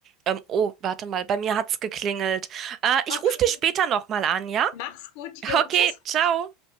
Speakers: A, on the right; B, on the left.
A: Ähm, oh, warte mal, bei mir hat's geklingelt. Äh, ich
B: Okay,
A: rufe dich später nochmal an, ja?
B: mach's gut.
A: <laughs>
B: Jo,
A: Okay,
B: tschüss.
A: ciao.